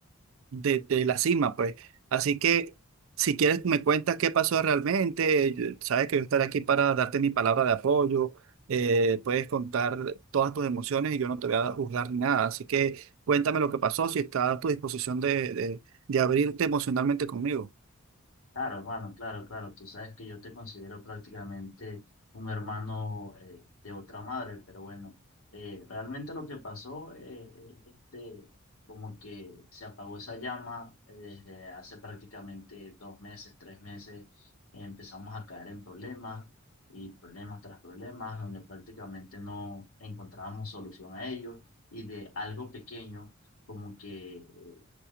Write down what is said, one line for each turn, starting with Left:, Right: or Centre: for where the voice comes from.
Right: de, de la cima, pues. Así que si quieres me cuentas qué pasó realmente, yo- sabes que yo estaré aquí para darte mi palabra de apoyo, eh, puedes contar todas tus emociones y yo no te voy a juzgar ni nada, así que cuéntame lo que pasó, si está a tu disposición de, de, de abrirte emocionalmente conmigo.
Left: Claro, hermano, claro, claro. Tú sabes que yo te considero prácticamente un hermano eh, de otra madre, pero bueno, eh, realmente lo que pasó, eh, eh, este, como que se apagó esa llama eh, desde hace prácticamente dos meses, tres meses, eh, empezamos a caer en problemas y problemas tras problemas, donde prácticamente no encontrábamos solución a ellos y de algo pequeño, como que eh,